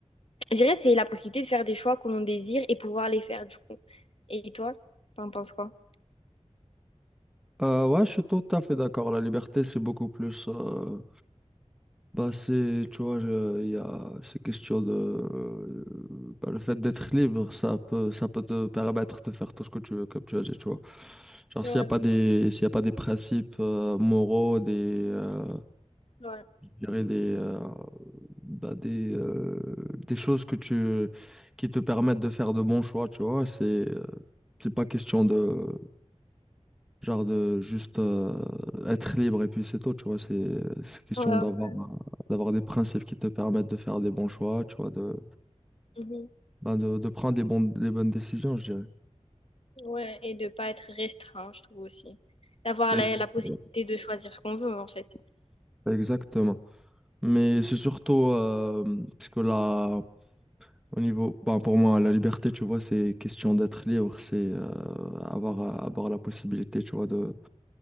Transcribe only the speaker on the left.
Je dirais c'est la possibilité de faire des choix que l'on désire et pouvoir les faire du coup. Et toi, t'en penses quoi?
Ouais,
ouais.
Ouais,
ouais.
Mhm.
Ouais, et de pas être restreint, je trouve aussi. D'avoir
la, la possibilité
de choisir ce qu'on veut, en fait.